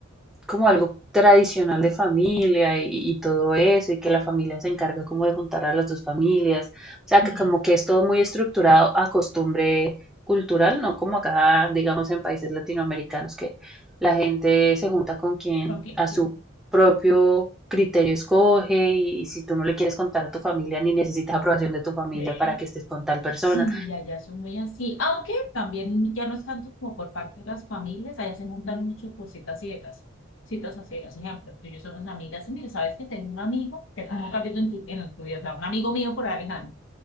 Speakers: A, in the centre; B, on the left.
A: como algo tradicional de familia y, y todo eso, y que la familia se encarga como de juntar a las dos familias, o sea,
B: Mm,
A: que como que es todo muy estructurado a costumbre cultural, no como acá, digamos, en países latinoamericanos, que la gente se junta con quien
B: ¿Con quién
A: a su propio criterio escoge y, y si tú no le quieres contar a tu familia ni necesitas aprobación de tu familia
B: quiere?
A: para que estés con tal persona.
B: Sí, y allá son muy así, aunque también ya no es tanto como por parte de las familias, allá se montan mucho por citas ciegas, citas a ciegas, ejemplo, tú y yo somos amigas, y mire, sabes que tengo un amigo, que tú nunca has visto en tu, en tu vida, o sea, un amigo mío por Alejandro,